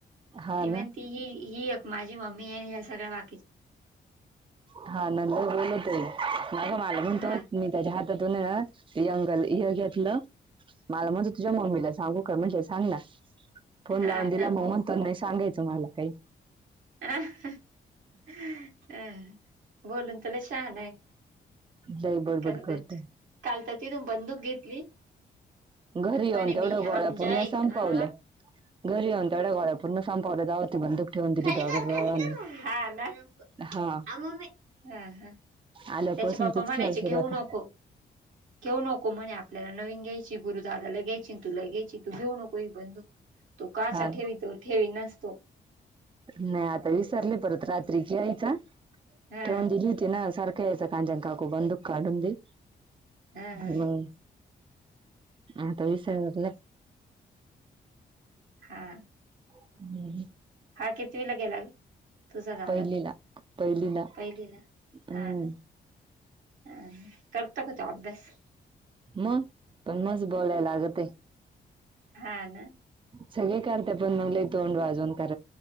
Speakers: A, on the right (about 25°); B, on the right (about 85°).
A: हा
B: ती म्हणती
A: ना
B: हि एक माझी मम्मी आहे. ह्या सगळ्या बा
A: हा नंतर बोलतोय. ना गं मला म्हणतो
B: हा
A: होत मी त्याच्या हात त्यातून ना यंगल हय घेतलं, माल म्हणतो तुझ्या मम्मीला सांगू का? म्हणले सांग ना. फोन
B: हा
A: लावून
B: ना
A: दिला, मग म्हणतो नाही सांगायचं मला काही.
B: अं अहं, बोलून त लई शाहना ये.
A: लय बडबड
B: करु
A: करतोय
B: देत. काल तर तिथून बंदूक घेतली.
A: घरी
B: आणि म्हणे
A: येऊन तेवढ्या
B: मी हमजा
A: गोळ्या पूर्ण
B: आहे
A: संपावल्या.
B: हा
A: घरी येऊन तेवढ्या गोळ्या पूर्ण संपावल्या तेव्हा ती बंदूक ठेवून दिली
B: खाली
A: दोघा
B: कर,
A: भावांनी
B: खाली कर ना. हा ना.
A: हा
B: आ मम्मी, हं हं.
A: आल्यापासून
B: त्याचे पप्पा
A: तेच
B: म्हणायचे
A: खेळ सुरू
B: घेऊ
A: आता
B: नको, घेऊ नको म्हणे आपल्याला नवीन घ्यायची, गुरु दादाला घ्यायची, तुला घ्यायची, तू घेऊ नको हि बंदुक. तू का आसा
A: हा
B: ठेवी तो, ठेवी नास तो.
A: नाही आता विसारले परत. रात्री घ्यायचा,
B: हा
A: ठेवून दिली होती ना सारख कायचा कांज्या अन काकु बंदुक काढून देऊ.
B: हा
A: हं आता विसरला.
B: हा.
A: <unintelligible>
B: हा कितवीला गेला गं तुझा दादा
A: पहिलीला पहिलीला
B: पहिलीला
A: हम्म
B: हा ना ह करतो का तो अभ्यास
A: मग पण मस बोलाय लागते.
B: हा ना
A: सगळे काढते पण मंगलई तोंड वाजवन काढते.